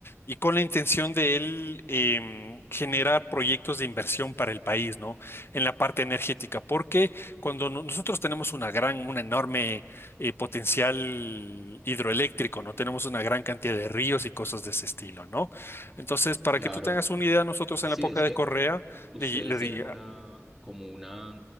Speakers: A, on the left; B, in the centre.
A: y con la intención de él em, generar proyectos de inversión para el país, ¿no? En la parte energética, porque cuando no- nosotros tenemos una gran, un enorme eh, potencial hidroeléctrico, ¿no? Tenemos una gran cantidad de ríos y cosas de ese estilo, ¿no? Entonces, para
B: claro.
A: que tú tengas una idea, nosotros
B: Sí,
A: en la época
B: es
A: de
B: que
A: Correa
B: ustedes
A: le, le di-
B: tienen una, como una,